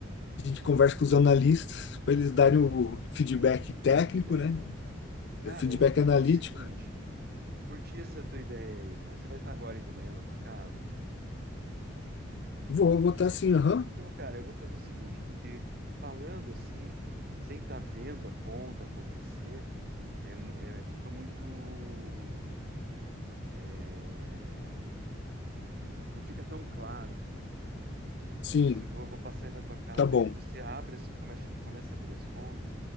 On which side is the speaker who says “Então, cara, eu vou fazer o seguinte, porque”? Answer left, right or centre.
Right